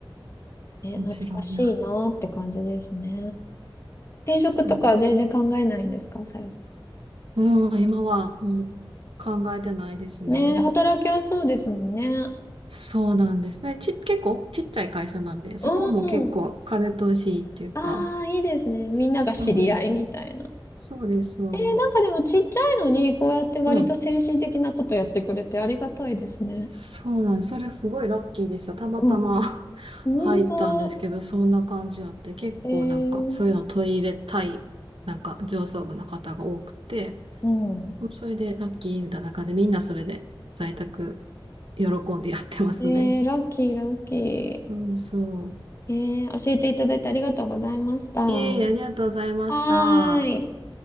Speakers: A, on the left; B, on the right.
A: ね、
B: 面白いな。
A: 懐かしいなって感じですね。転職とかは全然考えないんですか、
B: そうです。
A: さゆさ
B: うん、今はもう考えてないですね。
A: ん。ねえ、働きやすそうですもんね。
B: そうなんですね。ち、結構ちっちゃい会社なんで、そこも結構風通しいいっていうか、
A: うん。ああ、いいですね。みんなが知り合いみたいな。
B: そうですね。そうです、そうです。
A: えー、なんかでもちっちゃいのに、こうやって割と精神的なことやってくれてありがたいですね。
B: うん。そうなんです。それはすごいラッキーでした。たまたま
A: うん。
B: <laughs>
A: 本当、
B: 入ったんですけど、そんな感じあって、結構なんかそういうの取り入れたい、
A: えー、
B: なんか上層部の方が多くて、
A: うん。
B: それでラッキーみたいな感じで、みんなそれで在宅喜んでやってますね。
A: えー、ラッキー、ラッキ
B: そうそう。
A: ー。えー、教えていただいてありがとうございました。は
B: いえいえ、ありがとうございました。
A: ーい。